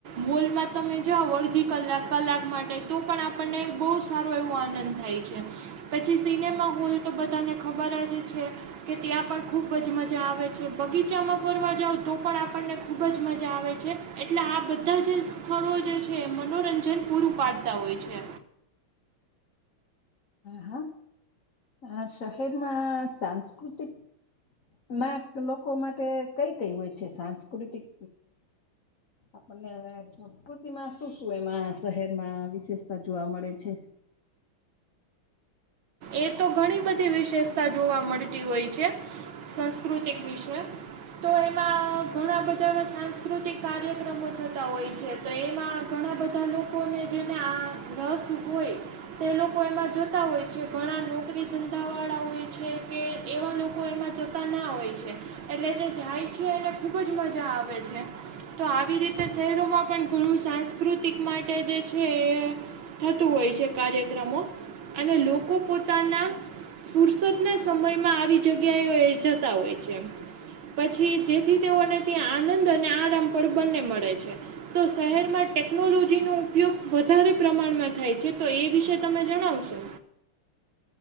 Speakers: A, on the right; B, on the left.
A: હોલમાં તમે જાઓ અડધી કલાક કલાક માટે તો પણ આપણને બહુ સારો એવો આનંદ થાય છે પછી સિનેમા હોલ તો બધાને ખબર જ છે કે ત્યાં ખૂબ જ મજા આવે છે બગીચામાં ફરવા જાવ તો પણ આપણને ખૂબ જ મજા આવે છે એટલે આ બધા જ સ્થળો જે છે મનોરંજન પૂરું પાડતા હોય છે.
B: હ હા શહેરમાં સાંસ્કૃતિક ના લોકો માટે કઈ કઈ હોય છે સાંસ્કૃતિક આપને સંસ્કૃતિમાં શું શું એમાં શહેરમાં વિશેષતા જોવા મળે છે.
A: એ તો ઘણી બધી વિશેષતા જોવા મળતી હોય છે સાસ્કૃતિક વિશે તો એમાં ઘણા બધા એ સાંસ્કૃતિક કાર્યક્રમો થતા હોય છે તો એમાં ઘણા બધા લોકોને જેને આ રસ હોય તે લોકો એમાં જતા હોય છે. ઘણા નોકરી ધંધાવાળા હોય છે કે એવા લોકો એમાં જતા ના હોય છે એટલે જે જાય છે એને ખૂબ જ મજા આવે છે તો આવી રીતે શહેરોમાં પણ ઘણું સાંસ્કૃતિક માટે જે છે એ થતું હોય છે કાર્યક્રમો અને લોકો પોતાના ફુરસદના સમયમાં આવી જગ્યાએ જતા હોય છે. પછી જેથી તેઓને ત્યાં આનંદ અને આરામ પણ બંને મળે છે તો શહેરમાં ટેકનોલોજીનો ઉપયોગ વધારે પ્રમાણમાં થાય છે તો એ વિશે તમે જણાવશો